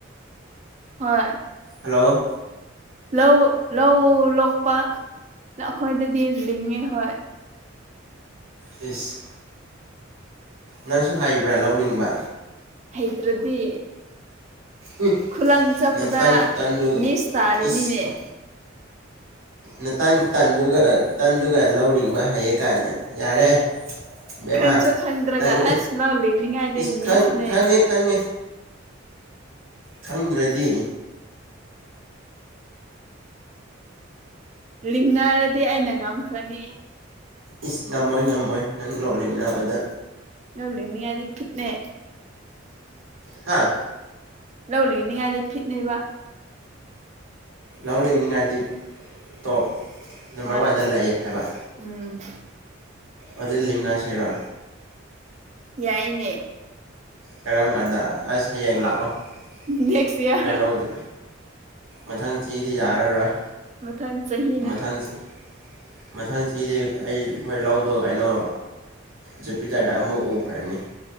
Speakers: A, on the right (about 35°); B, on the right (about 80°).
A: ꯍꯣꯏ
B: ꯍꯂꯣ
A: ꯂꯧ ꯂꯧ ꯂꯣꯛꯄ ꯑꯩꯈꯣꯏꯗꯗꯤ ꯂꯤꯡꯉꯦ ꯍꯣꯏ
B: ꯏꯁ ꯅꯪꯁꯨ ꯍꯥꯏꯩꯕ꯭ꯔꯥ ꯂꯥꯎꯂꯤꯤꯡꯕ
A: ꯍꯩꯇꯔꯗꯤ
B: ꯎꯝ
A: ꯈꯨꯂꯪ ꯆꯠꯄꯗ
B: ꯅꯇꯟ ꯈꯨꯇꯟꯗꯨꯒ
A: ꯅꯁ ꯇꯥꯔꯦꯅꯤꯅꯦ
B: ꯏꯁ ꯅꯇꯟ ꯈꯨꯇꯟꯗꯨꯒ ꯈꯨꯇꯟꯗꯨꯒ ꯂꯧ ꯂꯤꯡꯕ ꯍꯩꯌꯦ ꯀꯥꯏꯅ ꯌꯥꯔꯦ ꯕꯦꯝꯃꯥ
A: ꯈꯪꯁꯨ ꯈꯪꯗ꯭ꯔꯒ
B: ꯅꯪ
A: ꯑꯁ ꯂꯧ ꯂꯤꯡꯅꯤꯡꯉꯥꯏꯗꯤ
B: ꯏꯁ
A: ꯃꯤꯁꯅꯦ
B: ꯈꯪ ꯈꯡꯉꯦ ꯈꯪꯉꯦ ꯈꯪꯗ꯭ꯔꯗꯤ
A: ꯂꯤꯡꯅꯔꯗꯤ ꯑꯩꯅ ꯉꯝꯈ꯭ꯔꯅꯤ
B: ꯏꯁ ꯉꯝꯃꯣꯏ ꯉꯝꯃꯣꯏ ꯅꯪ ꯂꯣꯛꯂꯤ ꯕꯗ
A: ꯅꯧꯅꯤꯌꯥꯗꯤꯠ ꯈꯤꯠꯅꯦ
B: ꯍꯥꯥ
A: ꯂꯧ ꯂꯤꯡꯅꯤꯡꯉꯥꯏꯗꯤ ꯐꯤꯠꯅꯦꯕ
B: ꯂꯧ ꯂꯤꯡꯅꯤꯡꯉꯥꯏꯗꯤ ꯇꯣꯞ ꯅꯝꯕꯔ
A: ꯍꯣꯏ
B: ꯋꯥꯟꯗ ꯂꯥꯛꯑꯦ ꯍꯥꯏꯕ
A: ꯎꯝ
B: ꯑꯗꯨꯗꯩ ꯂꯤꯡꯅꯥ ꯁꯦꯔꯥ
A: ꯌꯥꯏꯅꯦ
B: ꯀꯔꯝ ꯀꯥꯟꯗ ꯑꯁ ꯍꯌꯦꯡ ꯂꯥꯛꯑꯣ ꯑꯩꯈꯣꯏ
A: ꯅꯦꯛꯁ ꯏꯌꯥꯔ
B: ꯂꯧꯗ ꯃꯊꯪ ꯆꯤꯗꯤ ꯌꯥꯔꯔꯣꯏ
A: ꯃꯊꯪ ꯆꯍꯤꯅ
B: ꯃꯊꯪ ꯆꯤ ꯃꯊꯪꯁꯤꯗꯤ ꯑꯩ ꯑꯩꯈꯣꯏ ꯂꯧꯗꯣ ꯀꯩꯅꯣ ꯖꯨꯄꯤꯇꯔꯗ ꯑꯃꯨꯛ ꯎꯈꯔꯅꯤ